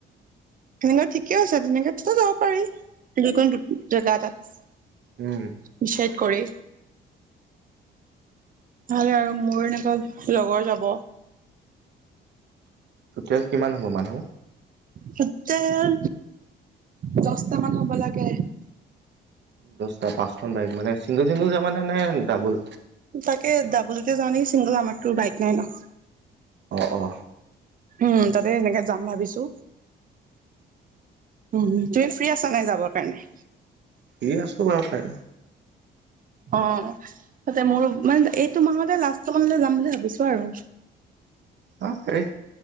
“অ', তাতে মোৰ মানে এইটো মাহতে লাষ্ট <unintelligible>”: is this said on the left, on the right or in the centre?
Right